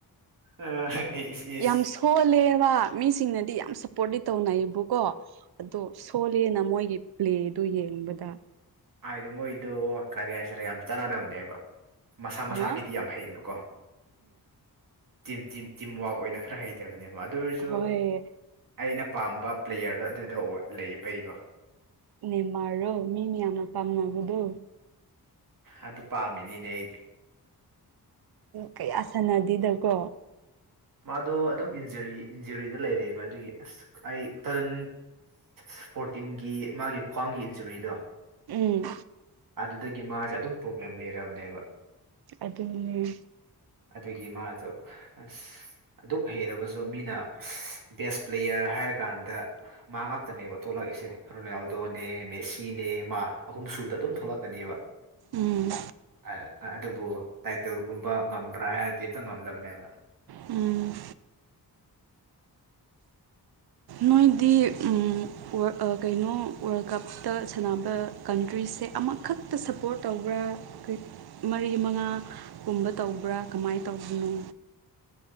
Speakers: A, on the right; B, on the right.
A: <unintelligible> ꯏꯁ
B: ꯌꯥꯝ ꯁꯣꯜꯂꯦꯕ ꯃꯤꯁꯤꯡꯅꯗꯤ ꯌꯥꯝ ꯁꯞꯄꯣꯔꯠꯇꯤ ꯇꯧꯅꯩꯕꯀꯣ ꯑꯗꯣ ꯁꯣꯜꯂꯦꯅ ꯃꯣꯏꯒꯤ ꯄ꯭ꯂꯦꯗꯨ ꯌꯦꯡꯕꯗ
A: ꯍꯥꯏꯗꯤ ꯃꯣꯏꯗꯣ ꯀꯔꯤ ꯍꯥꯏꯁꯤꯔ ꯌꯥꯝ ꯆꯥꯟꯅꯗꯕꯅꯦꯕ ꯃꯁꯥ ꯃꯁꯥꯒꯤꯗꯤ
B: ꯎꯝ
A: ꯌꯥꯝ ꯍꯩꯕꯀꯣ ꯇꯤꯝ ꯇꯤꯝ ꯇꯤꯝꯋꯥꯛ ꯑꯣꯏꯅ ꯈꯔ ꯍꯩꯇꯕꯅꯦꯕ ꯑꯗꯨꯑꯣꯏꯁꯨ
B: ꯍꯣꯏ
A: ꯑꯩꯅ ꯄꯥꯝꯕ ꯄ꯭ꯂꯦꯌꯔꯗꯣ ꯑꯗꯨꯗ ꯂꯩꯕꯩꯒꯣ
B: ꯅꯦꯃꯥꯔꯔꯣ ꯃꯤꯅ ꯌꯥꯝꯅ ꯄꯥꯝꯅꯕꯗꯨ
A: ꯑꯗꯨ ꯄꯥꯝꯃꯤꯅꯤꯅꯦ ꯑꯩꯗꯤ
B: ꯀꯌꯥ ꯁꯥꯟꯅꯗꯦꯗꯀꯣ
A: ꯃꯥꯗꯣ ꯑꯗꯨꯝ ꯏꯟꯖꯨꯔꯤ ꯏꯟꯖꯨꯔꯤꯗ ꯂꯩꯔꯦꯕ ꯑꯗꯨꯒꯤ ꯑꯁ ꯑꯩ ꯇꯟ ꯐꯣꯔꯇꯤꯟꯒꯤ ꯃꯥꯒꯤ ꯈ꯭ꯋꯥꯡꯒꯤ ꯏꯟꯖꯨꯔꯤꯗꯣ
B: ꯎꯝ
A: ꯑꯗꯨꯗꯒꯤ ꯃꯥꯖꯦ ꯑꯗꯨꯝ ꯄ꯭ꯔꯣꯕ꯭ꯂꯦꯝ ꯂꯩꯔꯕꯅꯦꯕ
B: ꯑꯗꯨꯅꯤ
A: ꯑꯗꯨꯒꯤ ꯃꯥꯗꯨ ꯑꯁ ꯑꯗꯨꯛ ꯍꯩꯔꯕꯁꯨ ꯃꯤꯅ ꯕꯦꯁ ꯄ꯭ꯂꯦꯌꯔ ꯍꯥꯏꯔꯀꯥꯟꯗ ꯃꯍꯥꯛꯇꯅꯦꯕ ꯊꯣꯛꯂꯛꯏꯁꯦ ꯔꯣꯅꯥꯜ ꯗꯣꯅꯦ ꯃꯦꯁꯤꯅꯦ ꯃꯥ ꯑꯍꯨꯝ ꯁꯨꯕꯗ ꯑꯗꯨꯝ ꯊꯣꯛꯂꯛꯀꯅꯤꯕ
B: ꯎꯝ
A: ꯑ ꯑꯗꯨꯕꯨ <unintelligible> ꯇꯤꯜꯒꯨꯝꯕ ꯉꯝꯕ꯭ꯔꯥ ꯍꯥꯏꯔꯗꯤ ꯍꯦꯛꯇ ꯉꯝꯗꯕꯅꯦꯕ
B: ꯎꯝ ꯅꯣꯏꯗꯤ ꯎꯝ ꯑ ꯀꯩꯅꯣ ꯋꯥꯔꯜ ꯀꯞꯇ ꯁꯥꯟꯅꯕ ꯀꯟꯇ꯭ꯔꯤꯁꯦ ꯑꯃꯈꯛꯇ ꯁꯄꯣꯔꯠ ꯇꯧꯕ꯭ꯔꯥ ꯀꯔꯤ ꯃꯔꯤ ꯃꯉꯥ ꯀꯨꯝꯕ ꯇꯧꯕ꯭ꯔꯥ ꯀꯃꯥꯏ ꯇꯧꯕꯅꯣ